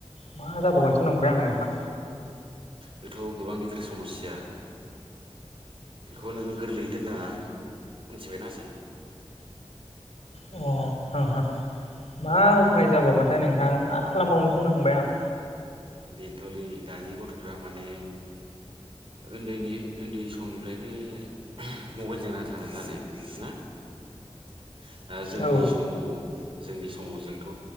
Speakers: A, on the left; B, on the right.
A: मा जाबावगोनसो नंबाय आं नोंथां।
B: बेथ' गोबां गिदिर समस्या बेखौ नों गोरलैयै दोननाङा मिथिबायना आसोल।
A: औ औ हा हा। मा
B: उम
A: उफाय जाबावगोन। फ्राय नोंथां मा खालामबावनोसो नंबाय आं
B: बेनोथ'लै दानि गथ'फ्रा माने उन्दैनि उन्दै समनिफ्रायनो मबाइलजों नांथाबना थानाय ना। <inaudible> ओ जोंनि
A: औ
B: समाव। जोंनि समाव जोंथ'